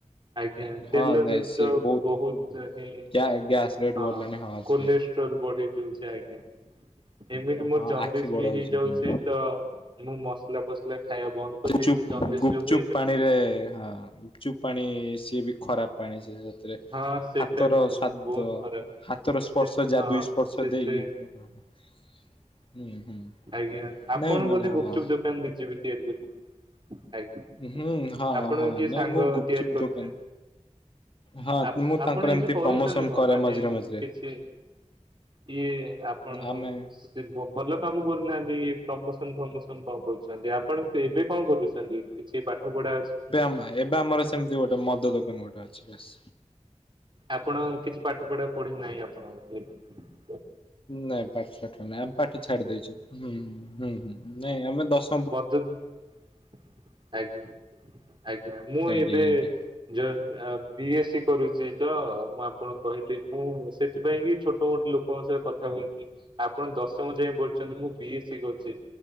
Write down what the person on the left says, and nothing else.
ହଁ
ନାଇଁ
ସିଏ ବହୁତ
ଗ୍ୟା ଗ୍ୟାସ ରେଟ୍
ବଢିଲାଣି
ସେ
ହଁ
ଆଖି ବଡ
ହେଇଯିବ
ହୁଁ।
ଚୁପ୍
ଗୁପଚୁପ୍
ପାଣିରେ ହଁ। ଗୁପଚୁପ୍ ପାଣି ସିଏବି ଖରାପ୍ ପାଣିସେ ସେ ତିରେ
ହାତର
ସ୍ଵାଦ
ହାତର ସ୍ପର୍ଶ
ଯାଦୁଇ
ସ୍ପର୍ଶ
ଦେଇକି ହଁ ହୁଁ ହୁଁ।
ନାଇଁ ମାନେ
ହଁ
ହୁଁ ହଁ
ହଁ
ନାଇଁ
ମୁଁ ଗୁପଚୁପ୍
ଦୋକାନ ହଁ
ମୁଁ ତାଙ୍କର
ଏମିତି
ପ୍ରମୋସନ
କରେ
ମଝିରେ ମଝିରେ
ଆମେ
ନା ଏବେ ଆମର ସେ ସେମିତି ଗୋଟେ ମଦ ଦୋକାନ ଗୋଟେ ଅଛି ବାସ୍।
ନାଇଁ ପାଠ ସାଠ ନାଇଁ ଆମେ ପାଠ ଛାଡ଼ିଦେଇଚୁ ହୁଁ ହୁଁ ନାଇଁ ଆମେ ଦଶ
ଆଜ୍ଞା
ଆଜ୍ଞା